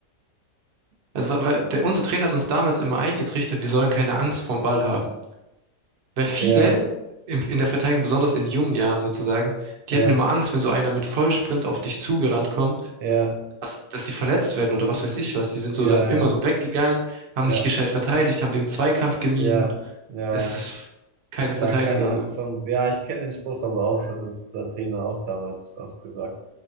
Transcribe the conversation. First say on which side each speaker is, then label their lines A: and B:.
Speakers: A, on the right (about 55°); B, on the right (about 75°).
A: Also, weil weil der, unser Trainer hat uns damals immer eingetrichtert, wir sollen keine Angst vorm Ball haben. Weil viele
B: Ja,
A: im, in der Verteidigung, besonders in jungen Jahren sozusagen,
B: ja,
A: die hatten immer Angst, wenn so einer mit Vollsprint auf dich zugerannt kommt,
B: ja,
A: was, dass sie verletzt werden oder was weiß ich was. Die sind so
B: ja,
A: dann immer so weggegangen, haben
B: ja,
A: nicht
B: ja,
A: gescheit verteidigt, haben den Zweikampf gemieden.
B: ja, ja,
A: Es
B: ja,
A: ist keine Verteidiger
B: ja, keine
A: so.
B: Angst vor. Ja, ich kenne den Spruch, aber auch, das hat uns der Trainer auch damals oft gesagt.